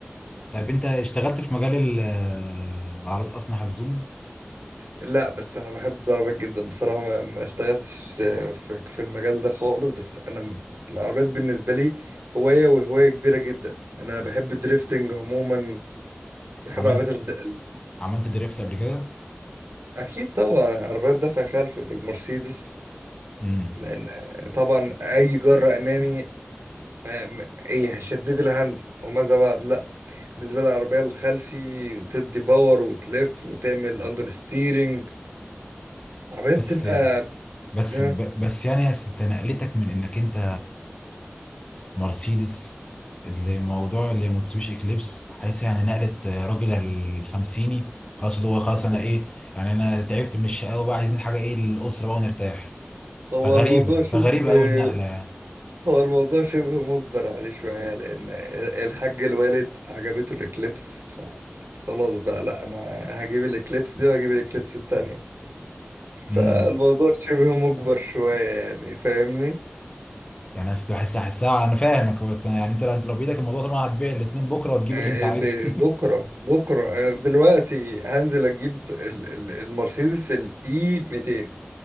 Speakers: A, on the left; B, on the right.
A: طيب انت اشتغلت في مجال ال- العربيات اصلا حزوم
B: لا بس انا بحب العربيات جدا بصراحه ما, ما اشتغلتش آه، في في المجال ده خالص بس انا م- العربيات بالنسبه لي هوايه وهوايه كبيره جدا لان انا بحب الدريفتنج عموما بحب
A: عملت
B: العربيات الد... ال-
A: عملت دريفت قبل كده
B: اكيد طبعا عربيات دفع خلفي بالمرسيدس
A: امم
B: لان آه، طبعا اي جره امامي آه، م- ايه شديت الهاند وماذا بعد لا بالنسبه لي العربيه الخلفي بتدي باور وتلف وتعمل اندر ستيرنج عربيه بتبقى
A: بس بس
B: آه،
A: ب... بس يعني يا ست نقلتك من انك انت مرسيدس لموضوع لموتسوبيشي اكليبس حيث يعني نقلت راجل الخمسيني خلاص اللي هو خلاص
B: مم.
A: انا ايه يعني انا تعبت من الشقاوة بقى عايزين حاجة ايه للأسرة بقى ونرتاح
B: هو
A: فغريبة
B: الموضوع شبه
A: فغريبة
B: <laughs>
A: قوي النقلة يعني
B: هو الموضوع شبه مجبر عليه شوية لأن الحاج الوالد عجبته الإكليبس فخلاص بقى لأ أنا هجيب الإكليبس دي وهجيب الإكليبس التانية فالموضوع
A: امم
B: شبه مجبر شوية يعني فاهمني؟
A: يعني أصل بحسها حسها انا فاهمك بس يعني انت لو- انت لو بايدك الموضوع طبعا هتبيع الاتنين بكرة وتجيب
B: آه،
A: اللي انت عايزه
B: اللي بكرة بكرة آه، دلوقتي هنزل أجيب ال- ال- المرسيدس الإي 200